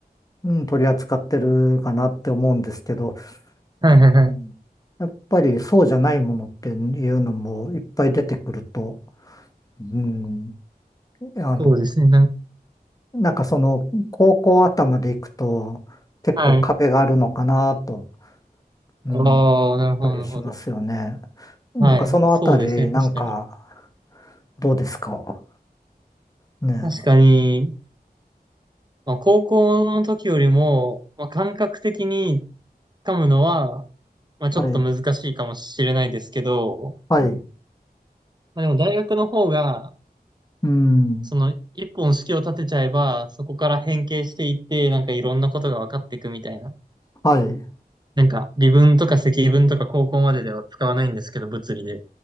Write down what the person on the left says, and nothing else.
うん、取り扱ってるかなって思うんですけど、
うん、やっぱりそうじゃないものっていうのもいっぱい出てくると、うん、あの、
なんかその高校頭でいくと結構壁があるのかなと
うん、
思ったりしますよね。
なんかそのあたり、
なんか、どうですかね。
はい、はい、
うん、
はい。